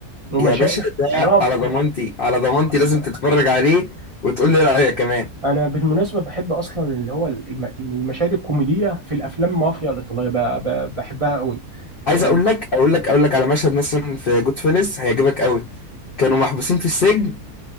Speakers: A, on the right (about 25°); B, on the left (about 60°).
A: ومشاهد
B: يا باشا ده
A: يعني هو في-
B: على ضمانتي على ضمانتي
A: اصلا
B: لازم تتفرج عليه وتقول لي رأيك كمان
A: انا بالمناسبه بحب اصلا اللي هو الم- المشاهد الكوميديه في الافلام مافيا الايطاليه ب- ب- بحبها قوي
B: عايز
A: إيه،
B: اقول لك اقول لك اقول لك على مشهد مثلا في جود فيلز هيعجبك قوي كانوا محبوسين في السجن